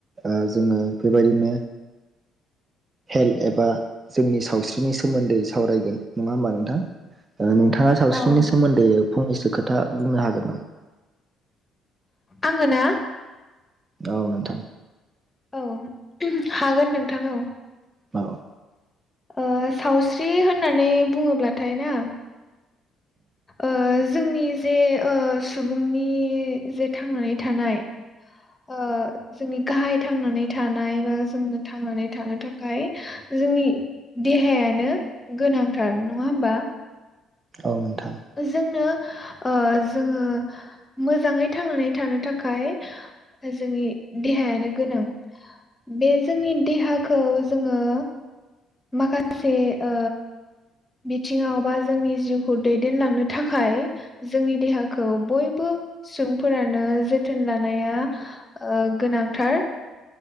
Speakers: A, on the right (about 30°); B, on the left (about 20°).
A: ओ जोङो बेबायदिनो हेल्थ एबा जोंनि सावस्रिनि सोमोन्दै सावरायगोन नङा होमबा नोंथां ओ नोंथाङा सावस्रिनि
B: औ
A: सोमोन्दै फंनैसो खोथा बुंनो हागोन नामा
B: आङो ना
A: औ नोंथां
B: औ हागोन नोंथां औ
A: औ
B: ओ सावस्रि हो होननानै बुङोब्लाथाय ना ओ जोंनि जे ओ सुबुंनि जे थांनानै थानाय ओ जोंनि गाहाय थांनानै थानाय बा जोंनो थांनानै थानो थाखाय जोंनि देहायानो गोनांथार नङा होमबा
A: औ नोंथां
B: जोंनो ओ जोङो मोजाङै थांनानै थानो थाखाय जोंनि देहायानो गोनां बे जोंनि देहाखौ जोङो माखासे ओ बिथिङाव बा जोंनि जिउखौ दैदेनलांनो थाखाय जोंनि देहाखौ बयबो सुबुंफोरानो जोथोन लानाया ओ गोनांथार